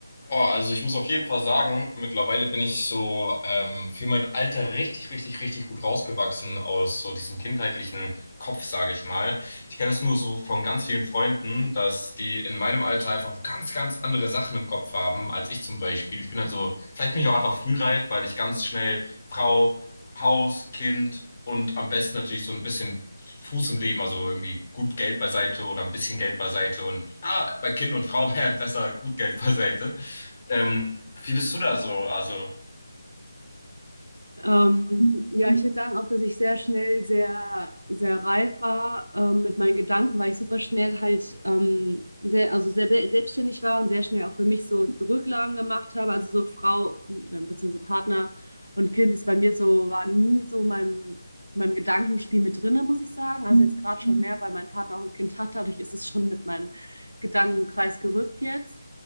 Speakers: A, on the left; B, on the right.
A: Boah, also ich muss auf jeden Fall sagen, mittlerweile bin ich so ähm, für mein Alter richtig, richtig, richtig gut rausgewachsen aus so diesem kindheitlichen Kopf, sage ich mal. Ich kenne das nur so von ganz vielen Freunden, dass die in meinem Alter einfach noch ganz, ganz andere Sachen im Kopf haben als ich zum Beispiel. Ich bin halt so, vielleicht bin ich auch einfach frühreif, weil ich ganz schnell Frau, Haus, Kind und am besten natürlich so ein bisschen Fuß im Leben, also irgendwie gut Geld beiseite oder ein bisschen Geld beiseite und ah, bei Kind und Frau <laughs> wäre besser gut Geld beiseite. Ähm, wie bist du da so? Also,
B: Ähm, ja, ich würde sagen auch, dass ich sehr schnell sehr, sehr reif war ähm, mit meinen Gedanken, weil ich super schnell halt ähm, sehr, also sehr be- selbstständig war und sehr schnell auch für mich so Rücklagen gemacht habe. Also so Frau, äh, beziehungsweise Partner und Kind ist bei mir so, war nie so meinem, meinem Gedankenspiel mit drinne, muss ich sagen. Also jetzt gerade schon mehr, weil mein Partner auch ein Kind hat, dadurch ist es schon mit meinem Gedankenkreis gerückt jetzt.